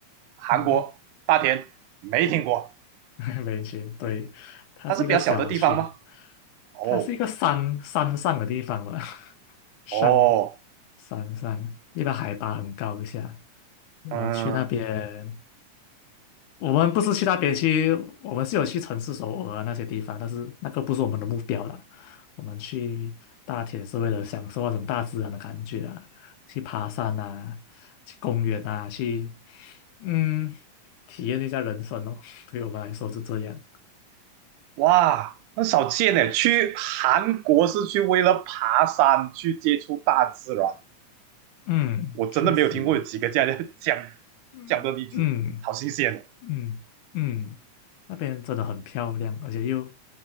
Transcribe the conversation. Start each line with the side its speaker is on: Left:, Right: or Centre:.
Right: 韩国大田没听过，
Left: 嗯，<laughs> 没去，对，它是一个小区，
Right: 它是比较小的地方吗？哦
Left: 它是一个山山上的地方吧，<laughs> 山
Right: 哦，
Left: 山上，一般海拔很高一下，然后去那边。
Right: 嗯，
Left: 我们不是去那边去，我们是有去城市首尔啊那些地方，但是那个不是我们的目标啦。我们去大田是为了享受那种大自然的感觉啊，去爬山啊，去公园啊，去嗯体验一下人生哦。<laughs> 对我们来说是这样，
Right: 哇，很少见呢。去韩国是去为了爬山，去接触大自然。
Left: 嗯，
Right: 我真的没有听过有几个这样的
Left: 确实，
Right: <laughs> 讲
Left: 嗯，
Right: 讲的例子，
Left: 嗯。
Right: 好新鲜
Left: 嗯嗯，那边真的很漂亮，而且又